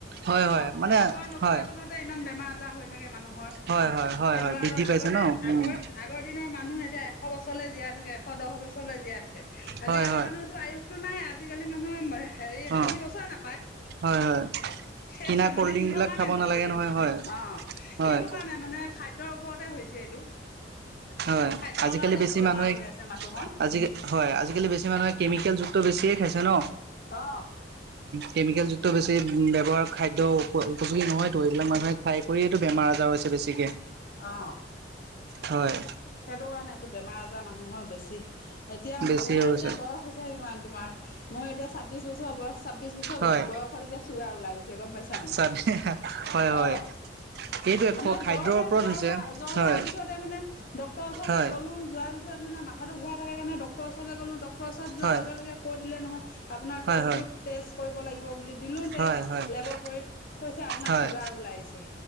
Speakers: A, on the right; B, on the left.
A: হয়
B: খাব,
A: হয় মানে
B: খাব নোপোৱা
A: হয়
B: গুণতে ইমান বেমাৰ আজাৰ হৈ থাকে মানুহ।
A: হয় হয় হয়
B: কিন্তু
A: হয়
B: আৰু
A: বৃদ্ধি পাইছে
B: আগতে
A: ন
B: আগৰ
A: উম
B: আগৰ দিনৰ, মানুহ এতিয়া। এশ বছৰলৈ জীয়াই থাকে এশ দহ বছৰলৈ জিয়া থাকে
A: হয়
B: আজিকালি
A: হয়
B: মানুহতো আয়ুসতো নাই আজি। আজিকালি মানুহে হেৰি
A: অ
B: ষাঠি বছৰে নাপায়।
A: হয় হয়
B: সেইটোয়ে
A: কিনা কল্ড
B: মানে
A: ড্ৰিংক
B: কিহৰ
A: বিলাক
B: কাৰণে
A: খাব
B: হৈছে
A: নালাগে নহয়
B: অ,
A: হয়
B: সেইটো
A: হয়
B: কাৰণে মানে খাদ্য়। ওপৰতে হৈছে এইটো।
A: হয়
B: খাদ্যৰ
A: আজিকালি
B: কাৰণে
A: বেছি
B: এইটো বেমাৰ
A: মানুহে,
B: হৈ আছে মানুহৰ
A: আজি হয়, আজিকালি বেছি। সেই মানুহে কেমিকেলযুক্ত বেছিয়ে খাইছে ন।
B: অ
A: কেমিকেল, যুক্ত বেছি ব্যৱহাৰ। খাদ্য উপ উপযোগী নহয়তো এইবিলাক মানুহে খাই কৰিতো বেমাৰ আজাৰ হৈছে বেছিকে।
B: অ,
A: হয়।
B: সেইটো কাৰণে এইটো বেমাৰ আজাৰ মানুহৰ বেছি। এতিয়া
A: বেছি
B: মোৰ
A: হৈ গৈছে
B: এতিয়া বয়স হৈছে কিমান তোমাৰ, মোৰ এতিয়া ছাব্বিশ বছৰ বয়স। ছাব্বিশ বছৰ
A: হয়
B: বয়সত এতিয়া চুগাৰ ওলাই গৈছে গম পাইছানে নাই।
A: চাবি হয় হয়
B: অ,
A: এইটোৱে
B: মানে
A: খাদ্যৰ
B: জ্বৰ হ'ল
A: ওপৰত
B: জ্বৰ
A: হৈছে
B: হোৱা জ্বৰ,
A: হয়
B: হোৱাৰ পিছতে মানে, ডক্ট ডক্টৰৰ ওচলৈ
A: হয়
B: গ'লো যোৱাৰ পিছত মানে মাথাটো ঘূৰাই থাকে কাৰণে ডক্টৰৰ ওচলৈ গ'লো, ড ওচৰত যোৱাৰ
A: হয়
B: লগে লগে কৈ দিলে নহয় আপোনাৰ
A: হয়
B: তেচটু
A: হয়
B: তেচ কৰিব লাগিব বুলি দিলো তেচ
A: হয় হয়
B: লেবৰটৰীত কৈছে আপোনাৰ
A: হয়
B: চুগাৰ ওলাইছে।